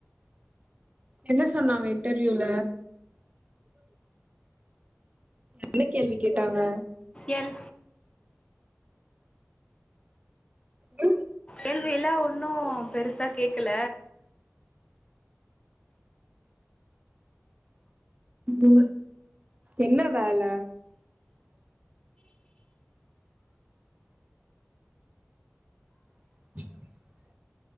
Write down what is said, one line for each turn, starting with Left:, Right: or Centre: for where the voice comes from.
Right: என்ன சொன்னாங்க இன்டர்வியூல என்ன கேள்வி கேட்டாங்க
Left: எல்
Right: அ
Left: கேள்வி எல்லா ஒன்னும் பெருசா கேக்கல
Right: உ என்ன வேல <unintelligible>